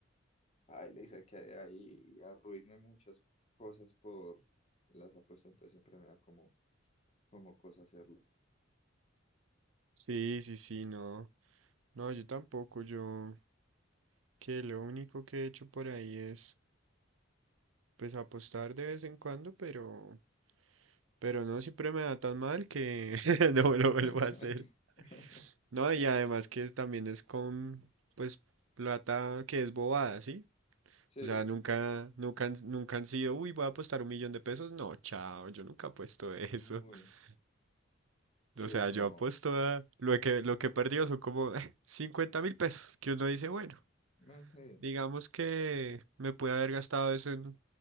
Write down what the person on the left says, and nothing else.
Ay le dice que ahí arruiné muchas cosas por las apuestas, entonces siempre me da como, como cosa hacerlo.
<laughs>
Sí,
uy,
sí,
no,
Ah, sí,